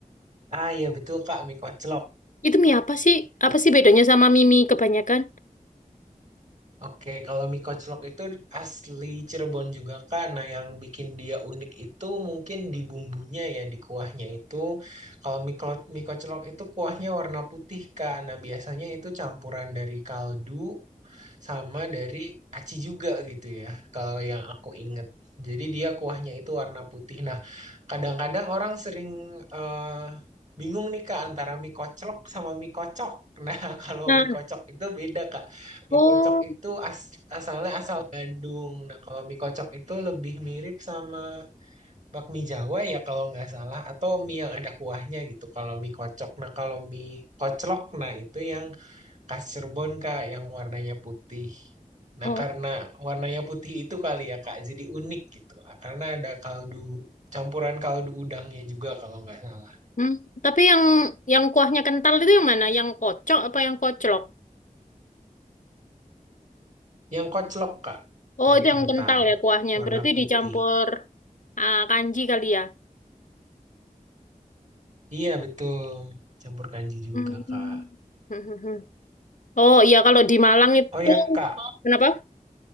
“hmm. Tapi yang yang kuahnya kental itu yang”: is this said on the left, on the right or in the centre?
Left